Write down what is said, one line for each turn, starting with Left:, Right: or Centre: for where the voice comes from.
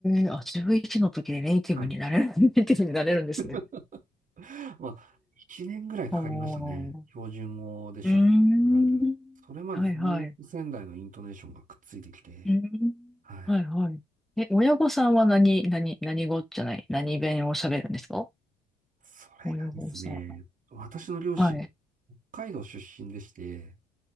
Centre: えあ、11の時でネイティブになれる、
Right: はい。
Centre: <laughs> ネイティブになれるんですね。
Right: <laughs> まあ、1年ぐらいかかりましたね。
Centre: おー。
Right: 標準語で喋るようになれたら。
Centre: うーん。
Right: それまでずっと仙台のイントネーションがくっついてきて、
Centre: はいはい。うーん。
Right: はい。
Centre: はいはい。え、親御さんは何、何、何語じゃない、何弁を喋るんですか
Right: それがですね、
Centre: 親御さん。
Right: 私の両親、
Centre: はい。
Right: 北海道出身でして、